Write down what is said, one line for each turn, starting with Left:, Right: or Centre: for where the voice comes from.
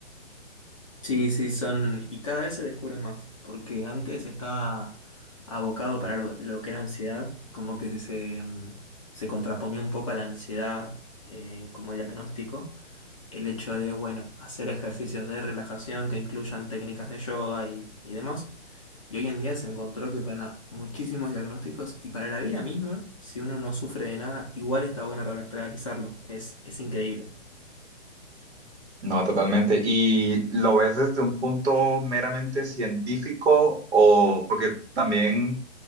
Left: Sí, sí, son, y cada vez se descubren más, porque antes estaba abocado para lo, lo que era ansiedad, como que se, se, mm, se contraponía un poco a la ansiedad eh, como diagnóstico. el hecho de, bueno, hacer ejercicios de relajación que incluyan técnicas de yoga y, y demás. Y hoy en día se encontró que para muchísimos diagnósticos y para la vida misma, si uno no sufre de nada, igual está bueno re- realizarlo. Es, es increíble.
Right: No, totalmente. ¿Y lo ves desde un punto meramente científico o porque también